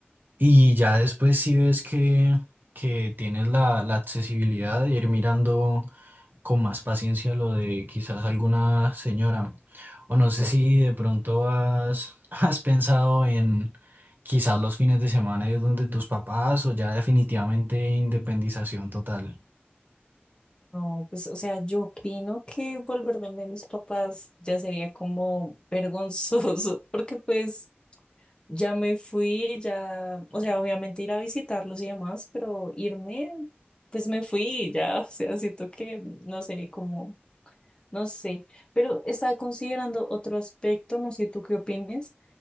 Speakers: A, on the right (about 55°); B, on the left (about 25°).
A: y ya después si ves que, que tienes la, la accesibilidad de ir mirando con más paciencia lo de quizás alguna señora. O no sé si de pronto has, <laughs> has pensado en quizás los fines de semana ir donde tus papás o ya definitivamente independización total.
B: No, pues, o sea, yo opino que volver donde mis papás ya sería como vergonzoso, <laughs> porque pues Ya me fui, ya, o sea, obviamente ir a visitarlos y demás, pero irme, pues me fui, ya, <laughs> o sea, siento que, no sé, como, no sé, pero estaba considerando otro aspecto, no sé tú qué opines,